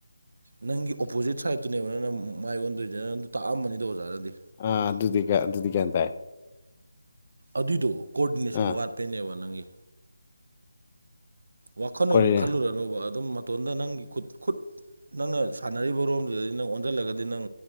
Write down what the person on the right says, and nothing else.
ꯅꯪꯒꯤ ꯑꯣꯄꯣꯖꯤꯠ ꯁꯥꯏꯠꯇꯨꯅꯦꯕ ꯅꯪꯅ ꯃꯥꯏ ꯑꯣꯟꯗꯣꯏꯖꯦ ꯅꯪꯗꯨ ꯇꯥꯛꯑꯝꯃꯅꯤꯗ ꯑꯣꯖꯥꯅꯗꯤ
ꯑꯗꯨꯏꯗꯣ ꯀꯣꯑꯣꯗꯤꯅꯦꯁꯟ
ꯋꯥꯠꯄꯩꯅꯦꯕ ꯅꯪꯒꯤ ꯋꯥꯈꯜ
ꯑꯣꯏꯅ ꯈꯜꯂꯨꯔꯅꯣꯕ ꯑꯗꯨꯝ ꯃꯇꯣꯟꯗ ꯅꯪꯒꯤ ꯈꯨꯠ ꯈꯨꯠ ꯅꯪꯅ ꯁꯥꯟꯅꯔꯤꯕ ꯔꯣꯝꯗꯨꯗꯗꯤ ꯅꯪ ꯑꯣꯟꯁꯤꯜꯂꯒꯗꯤ ꯅꯪ